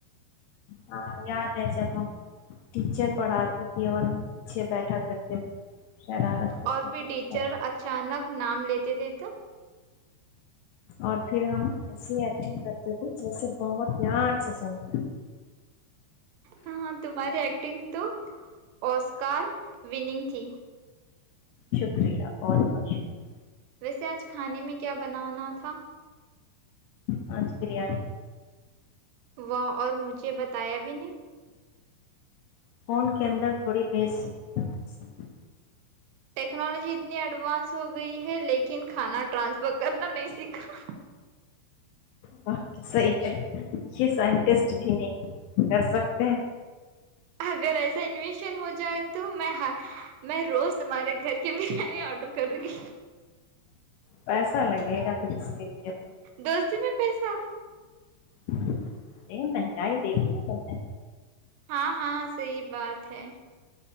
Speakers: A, on the left; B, on the right.
A: ہاں یاد ہے چب ٹیچر پڑھاتی تھی اور ہم پیچھے بیٹھا کرتے تھے شرارت کرتے
B: اور پھر
A: تھے
B: ٹیچر
A: بیٹھ
B: اچانک نام لیتے تو
A: اور پھر ہم ایسیے ایکٹنگ کرتے تھے جیسے بہت دھیان سے سنتے
B: ہاں تمہاری ایکٹنگ تو اوسکار وننگ تھی
A: شکریہ بہت بہت شکریہ
B: ویسے آج کھانے میں کیا بنانا تھا
A: آج بریانی
B: وہ اور مجھے بتایا بھی نہیں
A: فون کے اندر تھوڑی بیج سکتی
B: ٹیکنالوجی اتنی ایڈوانس ہو گئی ہے لیکن کھانا ٹرانسفر کرنا نہیں سیکھا
A: بق تو صحیح ہے یہ سائنٹسٹ بھی نہیں کر سکتے ہیں
B: اگر ایسا انویشن ہو جائے تو میں میں روز تمہارے گھر کی بریانی آڈر کرو گی
A: پیسا لگے گا کچھ اس کے لیے تو
B: دوست جی میں پیسہ
A: نہیں مہنگائی دیکھی ہے ب نے
B: ہاں ہاں صحی بات ہے